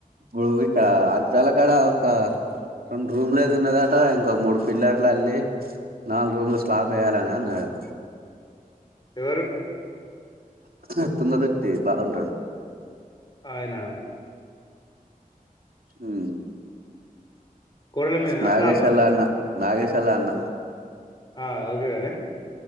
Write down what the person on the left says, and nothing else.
ఎవరు
అయినా
గోడల మీదనా
స్లాబా
ఆ ఓకేగానే